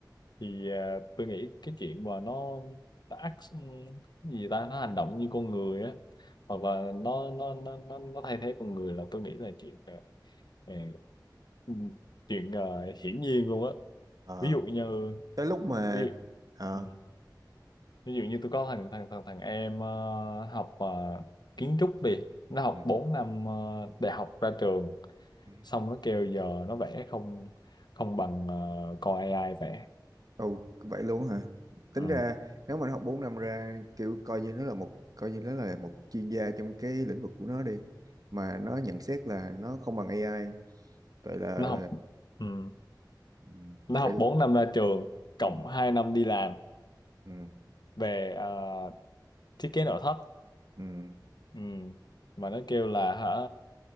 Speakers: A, on the left (about 65°); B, on the right (about 55°).
A: thì à, tôi nghĩ cái chuyện mà nó nó act cái gì ta nó hành động như con người á hoặc
B: ừ,
A: là nó nó nó nó, nó thay thế con người là tôi nghĩ là chuyện à, à, ừ, chuyện à, hiển nhiên luôn á
B: ờ,
A: ví dụ như
B: tới lúc mà
A: ví dụ
B: ờ,
A: ừ, ví dụ như tôi có thằng thằng thằng thằng em ờ, học ờ, kiến trúc đi nó học
B: ừ,
A: 4 năm ờ, đại học ra trường
B: ừ.
A: xong nó kêu giờ nó vẽ không không bằng ờ, con AI vẽ
B: Ồ, vậy luôn hả? Tính
A: ừ.
B: ra nếu mà nó học 4 năm ra kiểu coi như nó là một coi như nó là một chuyên gia trong cái lĩnh vực của nó đi mà nó nhận xét là nó không bằng AI vậy là
A: nó học ừ.
B: ừ,
A: nó
B: vậy
A: học
B: là,
A: 4 năm ra trường cộng
B: ừ,
A: 2 năm đi làm
B: ừ,
A: về ờ, thiết kế nội thất
B: ừ,
A: ừ. mà nó kêu là hả